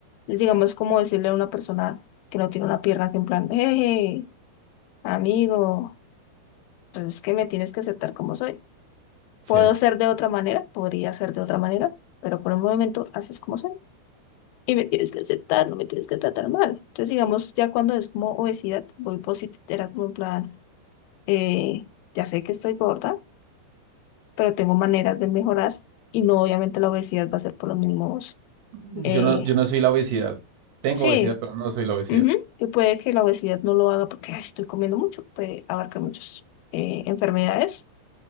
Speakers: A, on the left; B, on the right.
A: Es digamos como decirle a una persona que no tiene una pierna que en plan, hey, amigo, pues es que me tienes que aceptar como soy.
B: sí.
A: Puedo ser de otra manera, podría ser de otra manera, pero por el momento haces como soy. Y me tienes que aceptar, no me tienes que tratar mal. Entonces, digamos, ya cuando es como obesidad, voy positivo, era como en plan, eh, ya sé que estoy gorda, pero tengo maneras de mejorar y no obviamente la obesidad va a ser por los mismos.
B: Mm,
A: eh,
B: Yo no, yo no soy la obesidad. Tengo
A: sí,
B: obesidad, pero no soy la obesidad,
A: ujú, Y puede que la obesidad no lo haga porque "Ay, sí estoy comiendo mucho, puede abarcar muchas enfermedades